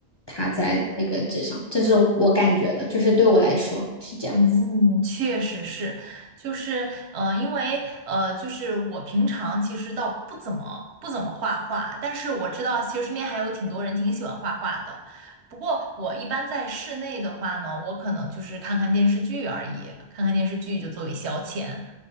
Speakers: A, on the left; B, on the right.
A: 它在那个纸上，这是我感觉的，就是对我来说是这样子。
B: 嗯，确实是，就是，呃，因为，呃，就是我平常其实倒不怎么不怎么画画，但是我知道其实身边还有挺多人挺喜欢画画的。不过我一般在室内的话呢，我可能就是看看电视剧而已，看看电视剧就作为消遣，